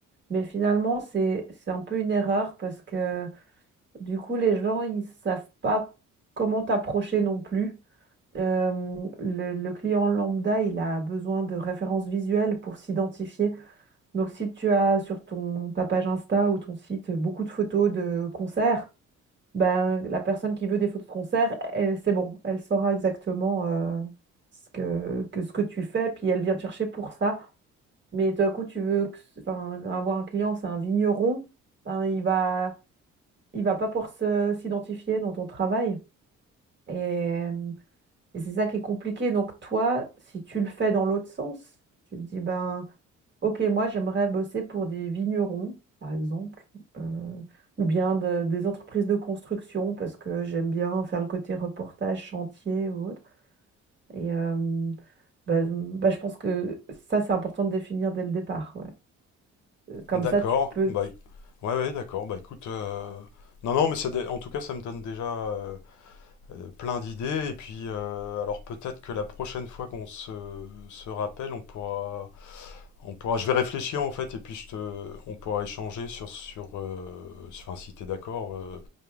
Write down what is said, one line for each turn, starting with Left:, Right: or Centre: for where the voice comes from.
Right: mais finalement, c'est c'est un peu une erreur parce que du coup, les gens, ils savent pas comment t'approcher non plus. Euh, le, le client lambda, il a besoin de références visuelles pour s'identifier. Donc, si tu as sur ton, ta page Insta ou ton site beaucoup de photos de concerts, ben, la personne qui veut des photos de concert, elle, c'est bon, elle saura exactement euh, ce que, que ce que tu fais, puis elle vient te chercher pour ça. Mais tout à coup, tu veux que- enfin, avoir un client, c'est un vigneron, ben, il va, il va pas pouvoir se- s'identifier dans ton travail. Et, et c'est ça qui est compliqué. Donc toi, si tu le fais dans l'autre sens, tu te dis, ben, Ok, moi j'aimerais bosser pour des vignerons, par exemple, euh, ou bien de- des entreprises de construction, parce que j'aime bien faire le côté reportage, chantier ou autre. Et euh, bah, bah, je pense que ça, c'est important de définir dès le départ. Ouais. Euh, Comme
Left: D'accord.
Right: ça, tu peux...
Left: Bah,
Right: tu-
Left: ouais, ouais, d'accord. Bah écoute. euh, Non, non, mais ça en tout cas, ça me donne déjà euh, euh, plein d'idées. Et puis, euh, alors peut-être que la prochaine fois qu'on se, se rappelle, on pourra, on pourra. Je vais réfléchir en fait, et puis je te, on pourra échanger sur, sur, euh, sur- enfin, si t'es d'accord, euh,